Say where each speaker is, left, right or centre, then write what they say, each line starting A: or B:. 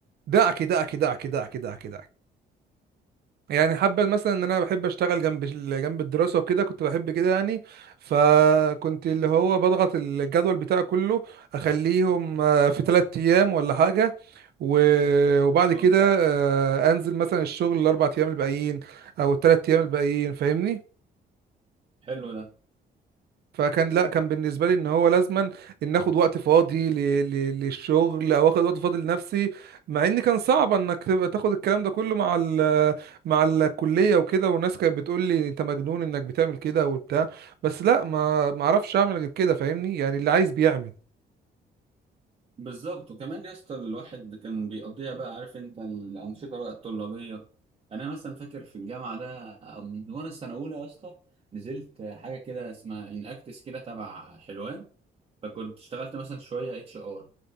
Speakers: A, on the right; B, on the right.
A: دعك دعك دعك دعك دعك دعك يعني حابة مثلا ان انا بحب اشتغل جنب ال- جنب الدراسة وكده كنت بحب كده يعني فكنت اللي هو بضغط الجدول بتاعي كله اخليهم آه، في ثلاث ايام ولا حاجة و- وبعد
B: اه
A: كده آه، انزل مثلا الشغل الاربع ايام الباقيين او الثلاث ايام الباقيين فاهمني
B: حلو ده
A: فكان لا كان بالنسبه لي ان هو لازما ان اخد وقت فاضي ل- ل- للشغل او اخد وقت فاضي لنفسي مع ان كان صعب انك تبقى تاخد الكلام ده كله مع ال مع الكليه وكده والناس كانت بتقول لي انت مجنون انك بتعمل كده وبتاع بس لا ما ما اعرفش اعمل غير كده فاهمني يعني اللي عايز بيعمل
B: بالظبط وكمان يا اسطى الواحد كان بيقضيها بقى عارف انت الانشطه بقى الطلابيه يعني انا مثلا فاكر في الجامعه ده من وانا السنه اولى يا اسطى نزلت حاجه كده اسمها ان اكتس كده تبع حلوان فكنت اشتغلت مثلا شويه اتش ار